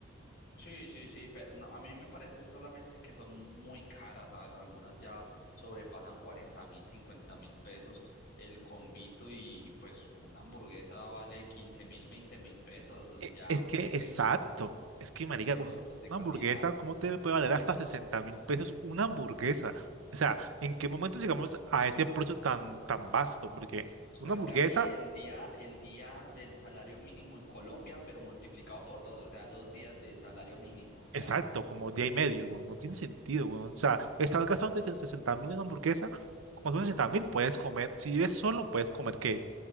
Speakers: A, on the left; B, on the right.
A: Sí, sí, sí, pero no, a mí me parece solamente que son muy caras, a- algunas ya sobrepasan 40 mil, 50 mil pesos el combito y, y, pues una hamburguesa vale 15 mil, 20 mil pesos,
B: E-
A: ya
B: Es que,
A: porque tenga
B: exacto. Es que, marica,
A: productos
B: con una
A: de calidad.
B: hamburguesa, ¿cómo te
A: Sí.
B: puede valer hasta sesenta mil pesos una hamburguesa? O sea, ¿en qué momento llegamos a ese precio tan, tan vasto? Porque
A: O
B: una
A: sea,
B: hamburguesa,
A: es casi el día, el día del salario mínimo en Colombia, pero multiplicado por dos, o sea, dos días de salario mínimo. O sea,
B: exacto, como día y medio, weón, no tiene sentido, weón. O sea, estás gastando sesenta mil en una hamburguesa, con esos 60 mil puedes comer, si vives solo, puedes comer, ¿qué?